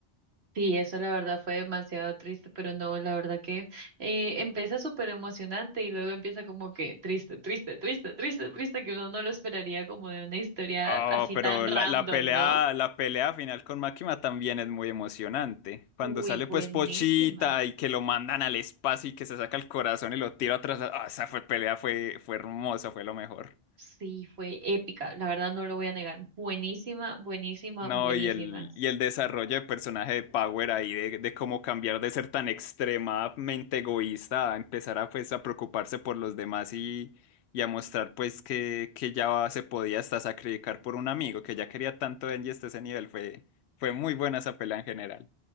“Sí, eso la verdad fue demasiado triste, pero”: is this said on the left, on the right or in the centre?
Right